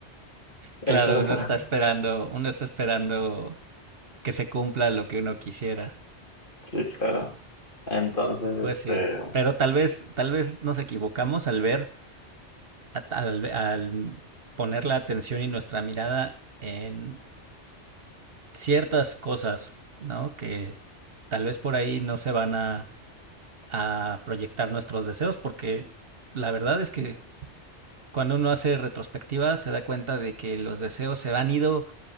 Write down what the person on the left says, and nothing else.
Eso
no
es para
mí.
Sí, claro. Entonces,
este,